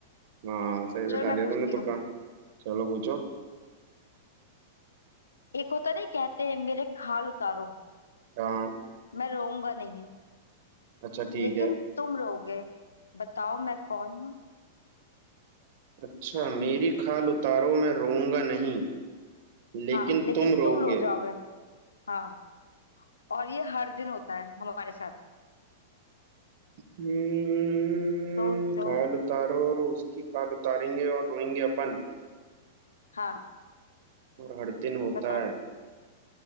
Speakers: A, on the right; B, on the left.
A: हाँ सही बैठा
B: चलो मैं
A: दिया
B: पूछती
A: तुमने तो
B: हूँ
A: कहा चलो पूछो
B: एक होता नहीं कहते हैं मेरे खाल उतारो
A: हाँ
B: मैं रोऊंगा नहीं
A: अच्छा ठीक
B: लेकिन
A: है
B: तुम रोओगे बताओ मैं कौन हूँ
A: अच्छा मेरी खाल उतारो मैं रोऊंगा नहीं लेकिन
B: हाँ लेकिन
A: तुम रोओगे
B: तुम रो जाओगे हाँ और ये हर दिन होता है हमारे साथ
A: हम्म
B: सोचो
A: खाल उतारो उसकी खाल उतारेंगे और रोएंगे अपन
B: हाँ
A: और हर दिन होता
B: बताओ
A: है